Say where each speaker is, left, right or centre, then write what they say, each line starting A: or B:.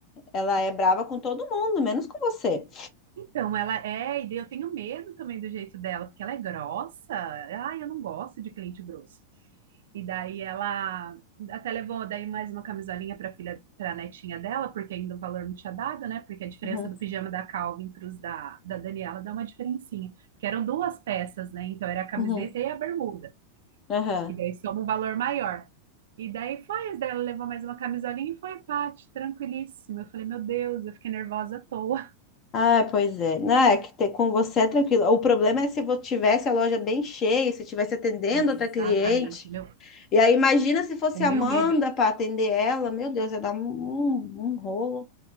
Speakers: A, on the left; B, on the right.
A: ela é brava com todo mundo, menos com você.
B: Então, ela é, e daí eu tenho medo também do jeito dela, porque ela é grossa. Ai, eu não gosto de cliente grosso. E daí ela até levou daí mais uma camisolinha para filha, para netinha dela, porque ainda o valor não tinha dado, né? Porque a diferença
A: Uhum,
B: do pijama da Calvin para os da, da Daniela dá uma diferencinha. Porque eram duas peças, né? Então era a camiseta
A: uhum,
B: e a bermuda.
A: aham.
B: E daí soma um valor maior. E daí foi, as dela levou mais uma camisolinha e foi, Paty, tranquilíssima. Eu falei, meu Deus, eu fiquei nervosa à toa.
A: Ah, pois é. Não, é que ter com você é tranquilo. O problema é se eu tivesse a loja bem cheia, se eu estivesse atendendo
B: <laughs> Exatamente.
A: outra cliente.
B: Meu
A: E aí, imagina se fosse
B: O meu
A: a Amanda
B: medo,
A: para atender ela. Meu Deus, ia dar um, um, um rolo.